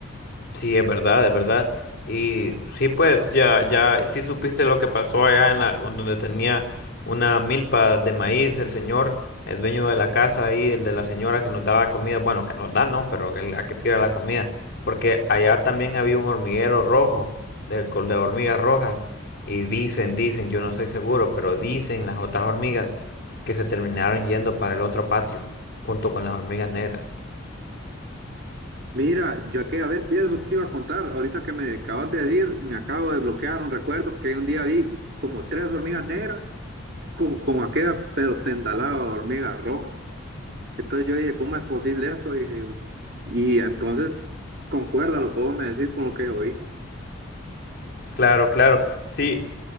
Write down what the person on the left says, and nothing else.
Sí, es verdad, es verdad. Y sí, pues ya, ya, sí supiste lo que pasó allá en la, con donde tenía una milpa de maíz, el señor, el dueño de la casa ahí, el de la señora que nos da la comida, bueno, que nos da, no, pero que la que tira la comida, porque allá también había un hormiguero rojo, de, col- de hormigas rojas, y dicen, dicen, yo no estoy seguro, pero dicen las otras hormigas que se terminaron yendo para el otro patio, junto con las hormigas negras.
Claro, claro, sí.